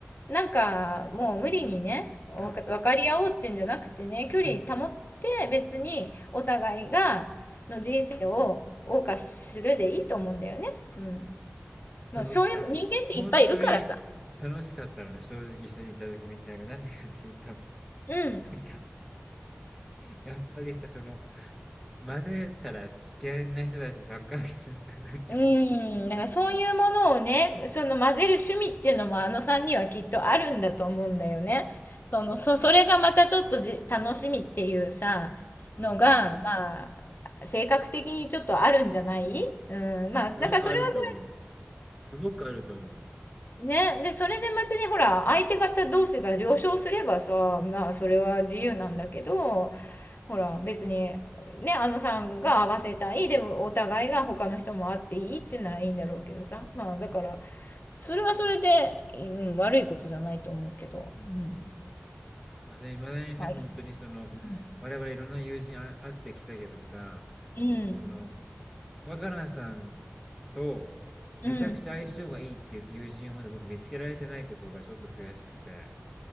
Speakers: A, on the left; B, in the centre.
A: なんかもう無理にね、わか、
B: うん。
A: 分かり合おうっていうんじゃなくてね、距離保って別にお互いがの人生を謳歌するでいいと思うんだよね。
B: <laughs>
A: うん。もうそういう人間っていっぱいいるからさ。
B: 僕さ、本当に楽しかったので、正直一緒にいた時みんなが、なんでかっていうと、
A: うん。
B: なんか、やっぱりさ、その、混ぜたら危険な人たちばっかりだからさ、なんか、
A: うーん、だからそういうものをね、その混ぜる趣味っていうのもあのさんにはきっとあるんだと思うんだよね。その、そ、それがまたちょっとじ、楽しみっていうさ、
B: うん、
A: のが、まあ、性格的にちょっとあるんじゃないうん、まあ、
B: すごくあると思う。
A: だからそれはそれ、
B: すごくあると思う。
A: うん、ね、で、それで別にほら、相手方同士が了承すればさ、まあ、それは自由なんだけど、ほら別にねあのさんが合わせたいでもお互いが他の人も会っていいっていうならいいんだろうけどさまあだからそれはそれで、うん、悪いことじゃないと思うけど、うん
B: まだ、いまだにね、
A: まあ、
B: 本当にその、
A: うん
B: 我々いろんな友人あ会ってきたけどさ、
A: うん、
B: その、若菜さんとめちゃくちゃ相性がいいっていう友人をまだ僕見つけられてないことがちょっと悔しくて。
A: うん、